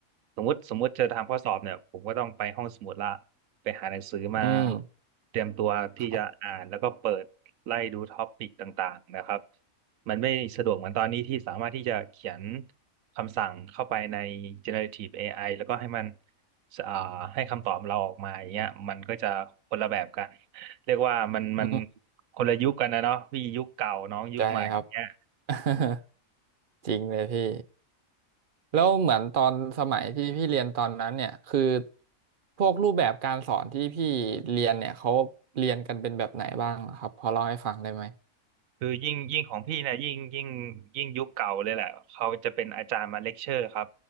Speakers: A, on the right; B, on the right.
A: สมมติสมมติจะทำข้อสอบเนี่ยผมก็ต้องไปห้องสมุดละไปหาหนังสือมา
B: อืม
A: เตรียมตัวที่จะอ่านแล้วก็เปิดไล่ดูท็อปิกต่างๆนะครับ
B: ครับ
A: มันไม่สะดวกเหมือนตอนนี้ที่สามารถที่จะเขียนคำสั่งเข้าไปใน generative AI แล้วก็ให้มันอ่าให้คำตอบเราออกมาอย่างเงี้ยมันก็จะคนละแบบกันเรียกว่ามันมัน
B: อืม
A: คนละยุคกันนะเนาะพี่ยุคเก่าน้องยุคใหม่อย่างเงี้ย
B: ใจครับ <laughs> จริงเลยพี่แล้วเหมือนตอนสมัยที่พี่เรียนตอนนั้นเนี่ยคือพวกรูปแบบการสอนที่พี่เรียนเนี่ยเขาเรียนกันเป็นแบบไหนบ้างเหรอครับพอเล่าให้ฟังได้ไหม
A: คือยิ่งยิ่งของพี่เนี่ยยิ่งยิ่งยิ่งยุคเก่าเลยแหละเขาจะเป็นอาจารย์มาเลคเชอร์ครับ